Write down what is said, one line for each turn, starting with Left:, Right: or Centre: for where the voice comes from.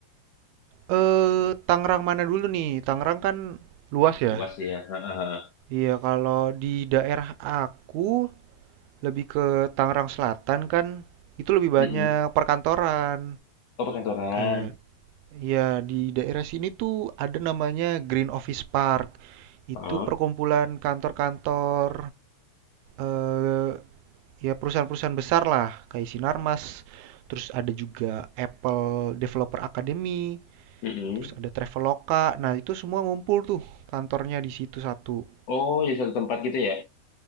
Right: Eh, Tangerang mana dulu nih? Tangerang kan luas ya.
Left: Luas sih ya. Heeh.
Right: Iya, kalau di daerah aku lebih ke Tangerang Selatan kan itu lebih banyak
Left: Mm-mm.
Right: perkantoran.
Left: Oh perkantoran.
Right: Kayak ya di daerah sini tuh ada namanya Green Office Park.
Left: Heeh.
Right: Itu perkumpulan kantor-kantor eh ya perusahaan-perusahaan besar lah kayak Sinarmas terus ada juga Apple Developer Academy
Left: Mm-mm.
Right: terus ada Traveloka nah itu semua ngumpul tuh kantornya di situ satu
Left: Oh jadi satu tempat gitu ya?